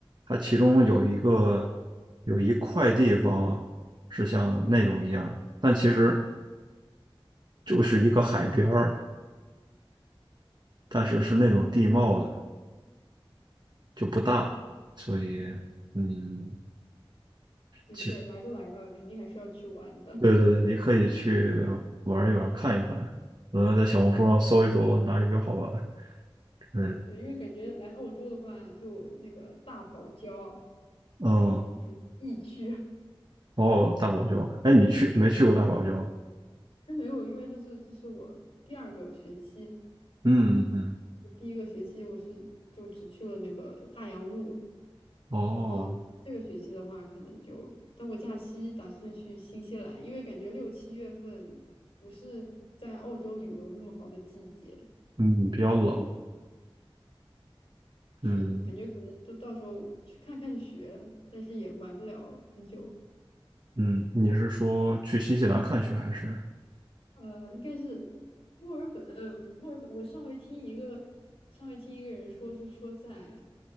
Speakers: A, on the right; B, on the left.
A: 它其中有一个有一块地方是像那种一样，但其实就是一个海边儿，但是是那种地貌的，就不大，
B: 嗯，
A: 所以嗯，
B: 没事儿来都来了，
A: 其
B: 肯定还是要去玩的。
A: 对对对，你可以去玩一玩，看一看，呃，在小红书上搜一搜哪里比较好玩，
B: <laughs>
A: 嗯
B: 对，因为感觉来澳洲的话，就那个大堡礁，
A: 嗯，
B: 就是那种疫区，
A: 哦，大堡礁，哎，你去没去过大堡礁？
B: 还没有，因为就是这是我第二个学期，
A: 嗯嗯，嗯
B: 我第一个学期我是就只去了那个大洋路，
A: 哦，
B: 然后这个学期的话，可能就，但我假期打算去新西兰，因为感觉六七月份不是在澳洲旅游那么好的季节，
A: 嗯，比较冷，
B: 是的，
A: 嗯。
B: 感觉可能就到时候去看看雪，但是也玩不了很久。
A: 嗯，你是说去新西兰看雪还是？
B: 呃，应该是墨尔本，呃，墨尔本。我上回听一个，上回听一个人说，就是说在，